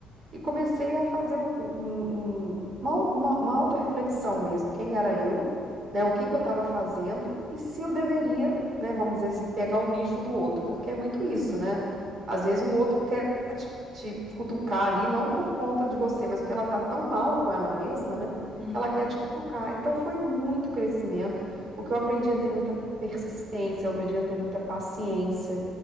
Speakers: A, on the right (about 45°); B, in the centre.
A: e comecei a fazer o- o- um- um- uma, uma, uma autorreflexão mesmo, quem era eu, né, o
B: uhum,
A: que que eu estava fazendo e se eu deveria, né, vamos dizer assim, pegar o lixo do outro, porque é muito isso,
B: sim.
A: né? Às vezes o outro quer te, te cutucar ali, não por conta de você, mas porque ela tá tão mal com ela mesma, né,
B: Uhum,
A: que ela quer te cutucar. Então foi muito crescimento, porque eu aprendi a ter muita persistência, eu aprendi a ter muita paciência,